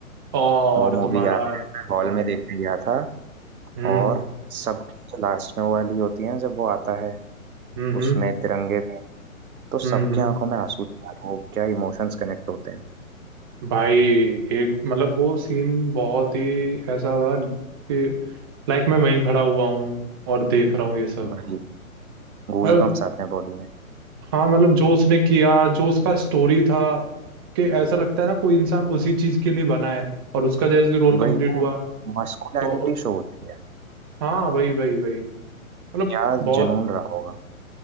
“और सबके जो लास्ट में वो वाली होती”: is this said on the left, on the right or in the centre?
Right